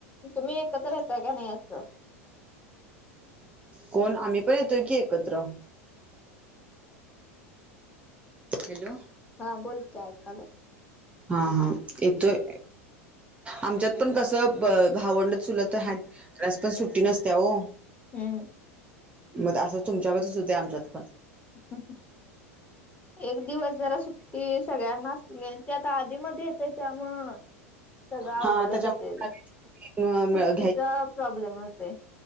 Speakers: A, on the left (about 20°); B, on the right (about 15°).
A: तुम्ही एकत्र राहताय काय नाही असं.
B: कोण आम्ही पण येतोय की एकत्र. हॅलो.
A: हा बोल की ऐकायलोय.
B: हा हा येतोय आमच्यात पण कसं ब भावंड चुलत आहेत त्यालास पण सुट्टी नसत्या हो.
A: हम्म
B: मग त्या असं तुमच्या गतच होतय आमच्यात पण.
A: <unintelligible> एक दिवस जरा सुट्टी सगळ्यांना <unintelligible> त्या आता आधी मध्ये येत त्यामूळं सगळं
B: हां
A: अवघडच
B: त्याच्यामुळे
A: होतय ते सुट्टीचा प्रॉब्लेम होतोय.